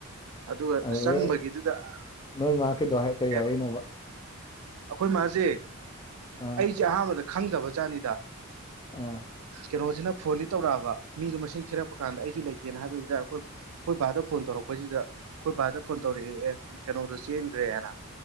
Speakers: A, on the right; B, on the left.
A: ꯑꯗꯨꯒ
B: ꯑꯗꯨꯗꯩ
A: ꯆꯪꯕꯒꯤꯗꯨꯗ ꯑꯩꯈꯣꯏ
B: ꯅꯣꯏ ꯃꯥ ꯀꯩꯗꯧ ꯍꯥꯏ- ꯀꯔꯤ ꯍꯥꯏꯔꯛꯏꯅꯣꯕ
A: ꯃꯥꯁꯦ
B: ꯑꯥ
A: ꯑꯩꯁꯦ ꯑꯍꯥꯟꯕꯗ ꯈꯪꯗꯕ ꯖꯥꯠꯅꯤꯗ
B: ꯑꯥ
A: ꯀꯩꯅꯣꯁꯤꯅ ꯐꯣꯟꯗꯤ ꯇꯧꯔꯛꯑꯕ ꯃꯤꯗꯣ ꯃꯁꯤꯡ ꯊꯤꯔꯛꯄ ꯀꯥꯟꯗ ꯑꯩꯁꯨ ꯂꯩꯇꯦꯅ ꯍꯥꯏꯕꯗꯨꯗ ꯑꯩꯈꯣꯏ ꯑꯩꯈꯣꯏ ꯕꯥꯗ ꯐꯣꯟ ꯇꯧꯔꯛꯄꯁꯤꯗ ꯑꯩꯈꯣꯏ ꯕꯥꯗ ꯐꯣꯟ ꯇꯧꯔꯛꯏ ꯑꯦ ꯀꯩꯅꯣꯗꯣ ꯆꯦꯟꯈ꯭ꯔꯦꯅ